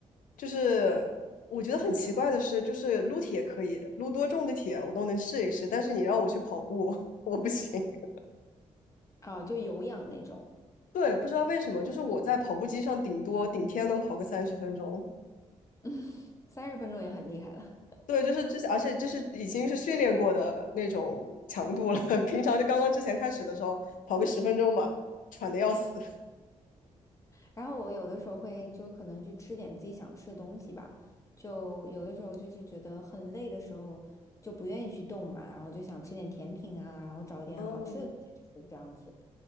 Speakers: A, on the left (about 75°); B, on the left (about 20°).
A: 就是我觉得很奇怪的是，就是撸铁可以，撸多重的铁我都能试一试，但是你让我去跑步，<laughs> 我不行。<laughs>
B: 啊，就有氧那种，
A: 对，不知道为什么，就是我在跑步机上顶多顶天能跑个三十分钟。
B: <laughs> 三十分钟也很厉害了。
A: 对，就是之前，而且这是已经是训练过的那种强度了。<laughs> 平常就刚刚之前开始的时候，跑个十分钟吧，喘的要死。
B: 然后我有的时候会就可能去吃点自己想吃的东西吧，就有的时候就是觉得很累的时候就不愿意去动嘛，然后就想吃点甜品啊，然后找点好吃的东西吃这样子。
A: 嗯，